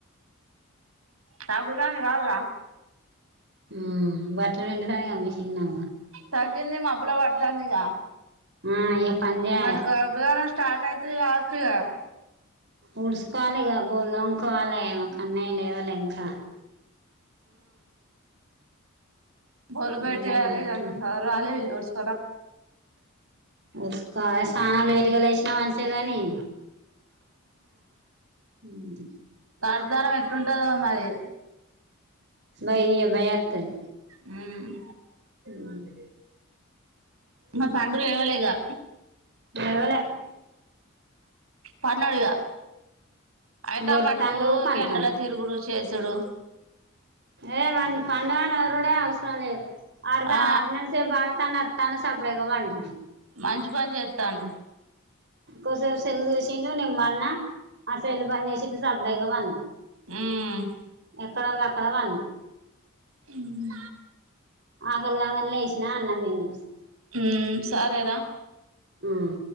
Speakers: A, on the right (about 90°); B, on the right (about 55°).
A: తగ్గుతాంది గాదురా
B: ఉమ్ బట్టలు ఎండినాయ మిషీన్ లో
A: తగ్గింది మబ్బులు పడతాంది ఇగ
B: ఆ ఇగ పని చేయలే.
A: మరి గర్భధారణ స్టార్ట్ అయితది గావచ్చు ఇగ.
B: ఊడ్సుుకోవాలిగా బోళ్ళు తోముకోవాలె కన్నయ్య లేవాలె ఇంకా.
A: బోళ్ళు బయటేయాలే
B: ఎండ కొడుతుంది
A: ఇదంత సదరాలే ఇల్లు ఊడ్సుకో
B: వుడ్సుకోవాలే చాన లేటుగా లేసినా మంచి తెగని ఉహూ
A: <unintelligible> ఎట్టుంటందో మరి.
B: బయ్య బయ్య అత్తది.
A: ఉమ్
B: ఉమ్
A: మా పండు లేవలే ఇగా
B: లేవలే.
A: పన్నదిగా. అయితాం
B: బొర్రుతాండు
A: బటు ఊకె
B: పంటాండు
A: ఎండల తిరుగుడు చేసు చూడు
B: ఏ వాన్ని పండగని ఎవరుడే అవసరం లేదు ఆడతా
A: ఆ
B: అన్నన్ సేపు ఆడతా తన సప్పుడగా పంటండు
A: మంచి పని చేత్తండు
B: కొంచేపు సెల్లు చూసిండు నే పన్నా ఆ సెల్లు బంద్ చేేసిండు సప్పుడుగా పన్నాడు
A: ఉమ్
B: ఎక్కడ వోళ్ళు అక్కడ వన్న
A: ఉమ్
B: ఆకలి కాంగనే లేసిన అన్నం తిన్న
A: ఉమ్ సరే రా
B: ఉమ్